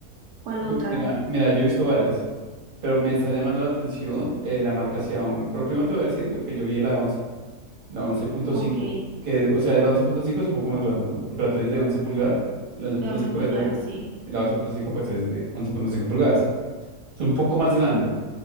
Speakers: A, on the right (about 80°); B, on the right (about 40°).
A: ¿cuál
B: No,
A: otra?
B: Mira, mira, yo he visto varias, pero me está llamando la atención eh, la marca Xiaomi. Pero primero te voy a decir lo que yo vi de la 11. La once punto
A: Ok.
B: cinco que, o sea, es la once punto cinco es un poco más grande, ¿no? Porque la tuya es de 11 pulgadas y la once punto
A: de 11
B: cinco
A: pulgadas,
B: es de,
A: sí.
B: la once punto cinco pues es de once punto cinco pulgadas. Es un poco más grande,